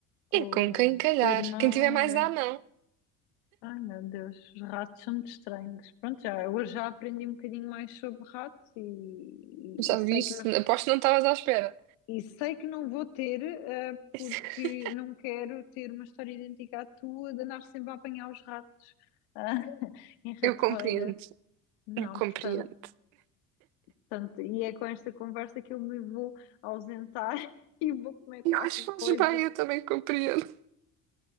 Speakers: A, on the left; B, on the right.
A: com,
B: É
A: o-
B: com quem calhar.
A: com o irmão.
B: Quem tiver mais
A: é.
B: dá, não.
A: Ai meu Deus, os ratos são muito estranhos. Pronto, já, hoje já aprendi um bocadinho mais sobre ratos e,
B: Já
A: e- e sei
B: viste?
A: que não,
B: Aposto que não estavas à espera.
A: e sei que não vou ter, eh,
B: <laughs>
A: porque não quero ter uma história idêntica à tua de andar sempre a apanhar os ratos, ah, <laughs> em ratoeiras.
B: Eu compreendo,
A: Não,
B: eu compreendo.
A: portanto, portanto, e é com esta conversa que eu me vou ausentar <laughs> e vou comer qualquer
B: Eu acho que fazes
A: coisa.
B: bem, eu também compreendo.